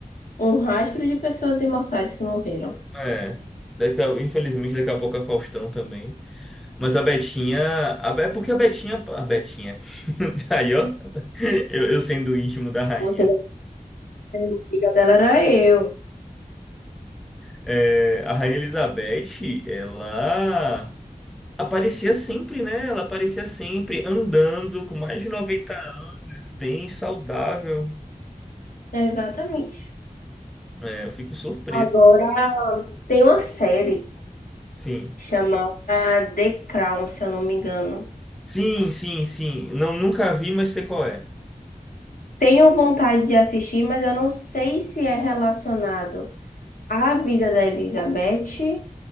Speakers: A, on the left; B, in the centre.
A: um rastro de pessoas imortais que morreram.
B: É, daqui a- infelizmente, daqui a pouco a Faustão também. Mas a Betinha. a Be- É porque a Betinha. A Betinha. <laughs> Aí, ó. Eu, eu sendo íntimo da rainha.
A: Você, a amiga dela era eu.
B: É, a Rainha Elizabeth, ela aparecia sempre, né? Ela aparecia sempre andando com mais de 90 anos, bem saudável.
A: Exatamente.
B: É, eu fico surpreso.
A: Agora, Tem uma série
B: Sim.
A: chamada The Crown, se eu não me engano.
B: Sim, sim, sim. Não, nunca vi, mas sei qual é.
A: Tenho vontade de assistir, mas eu não sei se é relacionado à vida da Elizabeth